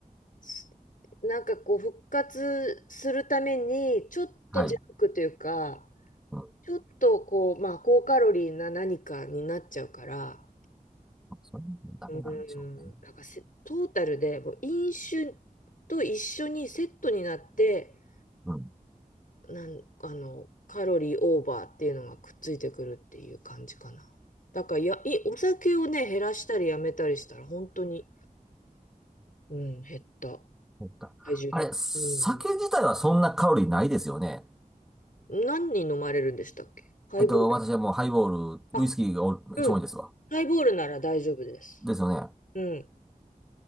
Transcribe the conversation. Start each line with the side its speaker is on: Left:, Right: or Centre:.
Left: すなんかこう、復活するために、ちょっとジャンクというか、
Centre: はい。うん。
Left: ちょっとこう、まあ、高カロリーな何かになっちゃうから、
Centre: それもダメなんでしょうね。
Left: うん、なんかせトータルでもう飲酒と一緒にセットになって、
Centre: うん。
Left: なん、あの、カロリーオーバーっていうのがくっついてくるっていう感じかな。だからや、い、お酒をね、減らしたりやめたりしたら、本当に、うん、減った。
Centre: そうかあれ、
Left: 体重減、
Centre: 酒自体はそんなカロリーないですよね。
Left: うん。何人飲まれるんでしたっけハイボール。
Centre: えっと、私はもうハイボール、
Left: あ、
Centre: ウイスキーがお一番多いですわ。
Left: うん。ハイボールなら大丈夫です。
Centre: ですよね。
Left: うん。